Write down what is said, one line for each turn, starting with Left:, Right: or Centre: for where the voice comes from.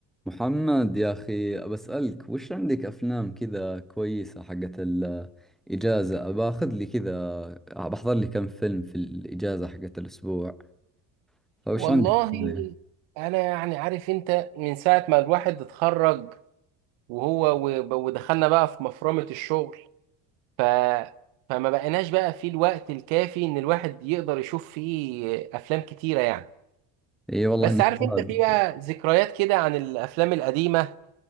Centre: محمد يا أخي بسألك وش عندك أفلام كذا كويسة حقت الإجازة باخذ لي كذا بحضر لي كم فيلم في الإجازة حقت الأسبوع فوش
Right: والله
Centre: عندك أفلام؟
Right: انا يعني عارف انت من ساعه ما الواحد اتخرج وهو وب- ودخلنا بقى في مفرمه الشغل ف فما بقيناش بقى في الوقت الكافي ان الواحد يقدر يشوف فيه افلام كتيره يعني
Centre: إي والله
Right: بس
Centre: إنك
Right: عارف
Centre: شاب.
Right: انت في بقى ذكريات كده عن الافلام القديمه